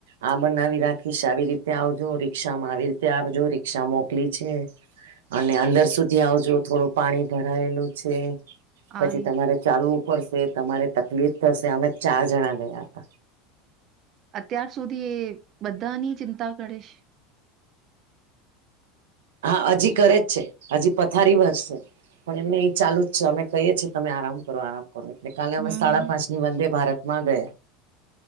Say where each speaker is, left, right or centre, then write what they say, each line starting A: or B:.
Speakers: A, on the right (about 85°); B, on the right (about 45°).
A: આ બનાવી રાખીશ આવી રીતે આવજો રિક્ષામાં આવી રીતે આવજો રિક્ષા મોકલી છે. અને અંદર સુધી આવજો થોડું પાણી ભરાયેલું છે. પછી
B: આ
A: તમારે ચાલવું પડશે તમારે તકલીફ થશે અમે ચાર જણા ગયા હતા.
B: અત્યાર સુધી બધાની ચિંતા કરીશ.
A: હા હજુ કરે જ છે હજુ પથારી વસ છે. પણ એમને એ ચાલુ જ છે અમે કહીએ છીએ તમે આરામ કરો આરામ. એટલે કાલે અમે
B: હમ
A: સાડા પાંચની વંદે ભારત માં ગયા,